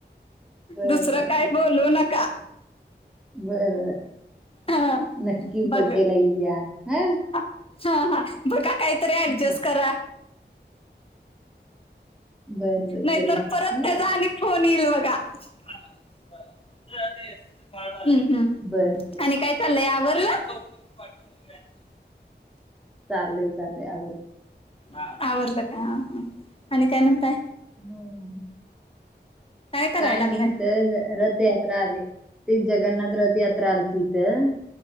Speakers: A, in the centre; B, on the left.
A: बर
B: दुसरं
A: बर
B: काय
A: बर
B: बोलू नका
A: बर
B: हा,
A: नक्की
B: बघ
A: बडेला येऊया हा
B: हा हा बघा काहीतरी ऍडजेस्ट
A: हं,
B: करा
A: बर बर
B: नाही
A: करेल
B: तर परत
A: हम्म
B: त्याचा आणि फोन येईल बघा <unintelligible> ह ह
A: बरं अ
B: आणि काय चाललंय आवरल ति पाठवलेली आणि आली
A: चाले चाले आवरले
B: हा आवरल का हा हा आणि काय म्हणताय
A: होम ह ह <unintelligible>
B: कराय
A: काय
B: लागलाय
A: नाही ईथ र रथयात्रा आली ते जगन्नाथ रथ यात्रा आलती ईथं अ